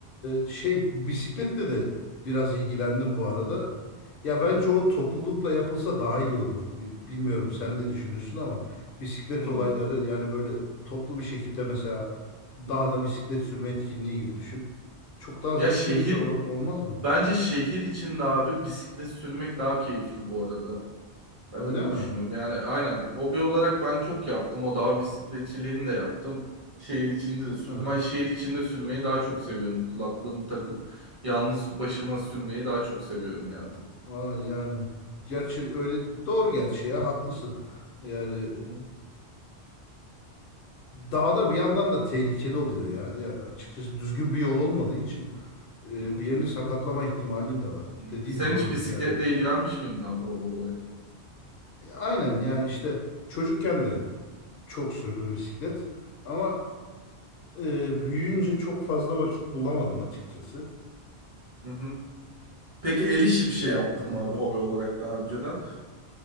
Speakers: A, on the left (about 60°); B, on the right (about 40°).
A: e, şey bisikletle de biraz ilgilendim bu arada. Ya bence
B: Hı hı.
A: o toplulukla yapılsa daha iyi olur. Bi- Bilmiyorum sen ne düşünürsün ama bisiklet
B: Hı
A: olayları yani böyle toplu bir şekilde mesela dağda
B: hı.
A: bisiklet sürme etkinliği gibi düşün. Çok daha
B: Ya
A: zevk
B: şehir
A: verici ola- olmaz mı?
B: Bence şehir içinde abi bisiklet sürmek daha keyifli bu arada. Ben
A: Öyle
B: öyle
A: mi?
B: düşünüyorum. Yani aynen hobi olarak ben çok yaptım. O dağ bisikletçiliğini de yaptım. Şehir içinde de sürdüm.
A: Hı hı.
B: Ben şehir içinde sürmeyi daha çok seviyorum. Kulaklığımı takıp yalnız başıma sürmeyi daha çok seviyorum yani.
A: Aa, yani gerçi öyle doğru gerçi ya haklısın. Yani
B: Hı hı,
A: dağda bir yandan da tehlikeli oluyor ya. Ya açıkçası düzgün bir yol olmadığı için. e,
B: hı hı.
A: bir yerini sakatlama ihtimalin de var.
B: Hı.
A: Dediğin
B: Sen
A: doğru
B: hiç bisikletle
A: yani.
B: ilgilenmiş miydin abi hobi olarak?
A: E, aynen yani işte çocukken de çok sürdüm bisiklet ama e, büyüyünce çok fazla vakit bulamadım açıkçası.
B: Hı hı. Peki el işi bir şey
A: Yani
B: yaptın
A: hah,
B: mı abi hobi olarak daha önceden?